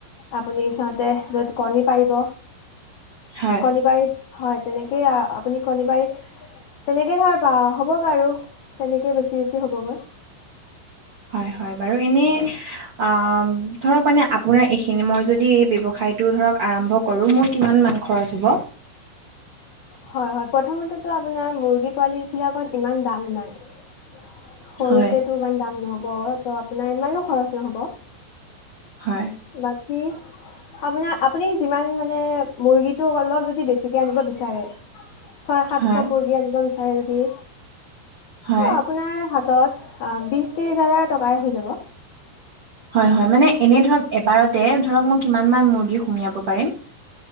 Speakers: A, on the left (about 80°); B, on the right (about 75°).
A: আপুনি সিহঁতে কণী পাৰিব।
B: হয়
A: কণী পাৰি হয় তেনেকেই আপুনি কণী পাৰী তেনেকেই ধৰ প হ'বগৈ আৰু। তেনেকে বেছি বেছি হ'বগৈ।
B: হয় হয় বাৰু এনেই আ ধৰক মানে আপোনাৰ এইখিনি মই যদি এই ব্যৱসায়টো ধৰক আৰম্ভ কৰো, মোৰ কিমান মান খৰচ হ'ব?
A: হয় হয় প্ৰথমতেতো আপোনাৰ মুৰ্গী পোৱালী বিলাকত ইমান দাম নাই। সৰুতেটো
B: হয়
A: ইমান দাম নহব, ত' আপোনাৰ ইমানো খৰচ নহব।
B: হয়। ‌
A: বাকী আপুনাৰ আপুনি যিমান মানে মুৰ্গী তো অলপ যদি বেছিকে আনিব বিচাৰে ছয় সাতশ
B: হয়
A: মুৰ্গী আনিব বিচাৰে যদি
B: হয়
A: আপোনাৰ হাতত বিছ ত্ৰিছ হাজাৰ টকাই হৈ যাব।
B: হয়, হয়। মানে এনেই ধৰক এবাৰতে ধৰক মই কিমান মান মুৰ্গী সুমিয়াব পাৰিম?